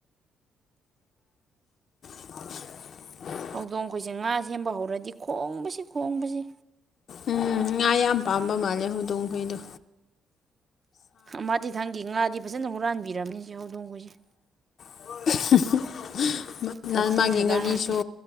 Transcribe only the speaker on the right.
ꯍꯧꯗꯣꯡ ꯈꯣꯏꯁꯦ ꯉꯥ ꯁꯦꯝꯕ ꯍꯧꯔꯗꯤ ꯈꯣꯡꯕꯁꯤ ꯈꯣꯡꯕꯁꯤ
ꯑꯃꯗꯤ ꯊꯪꯒꯤ ꯉꯥꯗꯤ ꯐꯖꯅ ꯍꯨꯔꯥꯟꯕꯤꯔꯕꯅꯤ ꯁꯤ ꯍꯧꯗꯣꯡꯍꯣꯏꯁꯦ
ꯊꯥꯗꯤ
ꯊꯥꯗꯥ
ꯅꯠꯇꯦ